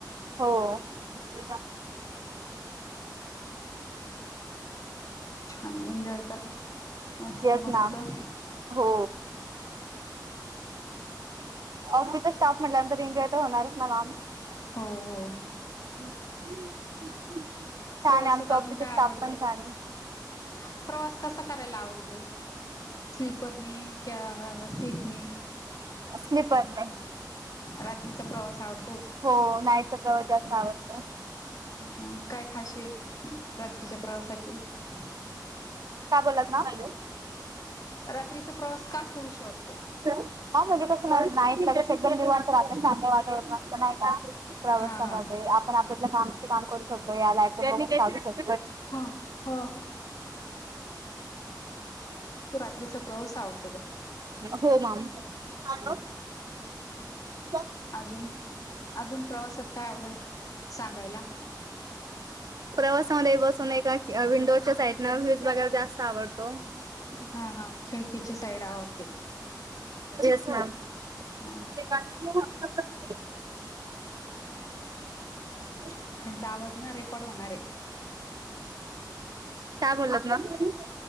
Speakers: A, on the right; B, on the left.
A: हो <unintelligible>
B: <inaudible> छान एन्जॉय <inaudible> करा. मस्त
A: येस
B: मस्त
A: मॅम
B: <inaudible>
A: हो ऑफिसचा स्टाफ म्हटल्यानंतर एन्जॉय तर होणारच ना मॅम.
B: हो- हो
A: <inaudible>
B: प्रवासात
A: आमचा
B: अजून
A: ऑफिसचा
B: काय
A: स्टाफ
B: आवडतं?
A: पण छान आहे
B: <inaudible> प्रवास कसा करायला आवडतो? स्लीपरनी <inaudible> क्या सीटनी?
A: स्लीपरने,
B: रात्रीचा प्रवास
A: <inaudible>
B: आवडतो
A: हो नाहीतर <unintelligible> जास्त आवडत.
B: हं काय खाशीेयत रात्रीच्या प्रवासाची? <inaudible>
A: काय बोललात <unintelligible> ना? हॅलो
B: रात्रीचा प्रवास का करूशी वाटतो
A: <unintelligible> हां म्हणजे बस नाही <inaudible> एकदम निवांत वाटत चांगलं वातावरण असतं नाही का प्रवासामध्ये?
B: हा हा
A: आपण आप <inaudible> म्हणलं काम से काम करू शकतो या <unintelligible>
B: हो -हो <inaudible> तू रात्रीचा प्रवास आवड
A: हो मॅम, <inaudible>
B: हम्म
A: हॅलो <unintelligible>
B: अजून अजून प्रवासात काय आवडेल सांगायला
A: प्रवासामध्ये बसून एका विंडोच्या साईडन व्ह्यूज बघायला जास्त आवड
B: हा हा खिडकीची साईड आवडते
A: <unintelligible> येस मॅम
B: हा
A: आपले गाडीतील <unintelligible>
B: त्यांचा आवाज ना रेकॉर्ड होणार
A: काय बोललात मॅम?